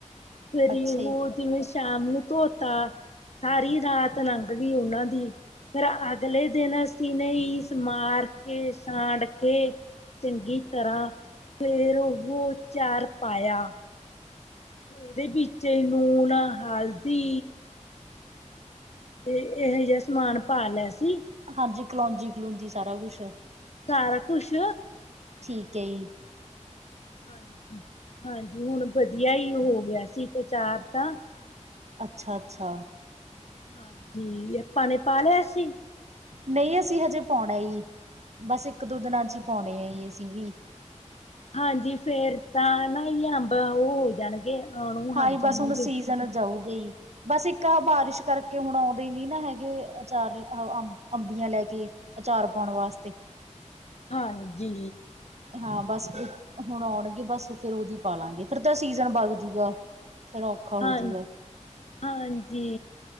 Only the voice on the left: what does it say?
ਫਰੀ
ਹੋ
ਜਿਵੇਂ ਸ਼ਾਮ ਨੂੰ ਧੋਤਾ ਸਾਰੀ ਰਾਤ ਲੰਘ ਦੀ ਉਹਨਾਂ ਦੀ ਫਿਰ ਅਗਲੇ ਦਿਨ ਅਸੀਂ ਨੇ ਇਸ ਮਾਰ ਕੇ ਸਾਂੜ ਕੇ ਚੰਗੀ ਤਰ੍ਹਾਂ ਫਿਰ ਉਹ ਅਚਾਰ ਪਾਇਆ ਉਹਦੇ ਵਿੱਚ ਨੂਣ, ਹਲਦੀ ਤੇ ਇਹੋ ਜਿਹਾ ਸਮਾਨ ਪਾ ਲਿਆ ਸੀ।
ਸਾਰਾ ਕੁਛ
ਹਾਂਜੀ ਹਾਂਜੀ ਹੁਣ ਵਧੀਆ ਹੀ ਹੋ ਗਿਆ ਸੀ ਆਚਾਰ ਤਾਂ
ਹਾਂਜੀ ਆਪਾਂ ਨੇ ਪਾ ਲਿਆ ਸੀ
ਹਾਂਜੀ ਫੇਰ ਤਾਂ ਨਾ ਜੀ ਅੰਬ ਉਹ ਹੋ ਜਾਣਗੇ ਆਣੋ
ਹਟ ਜਾਣਗੇ।
ਹਾਂਜੀ
ਹਾਂ
ਹਾਂਜੀ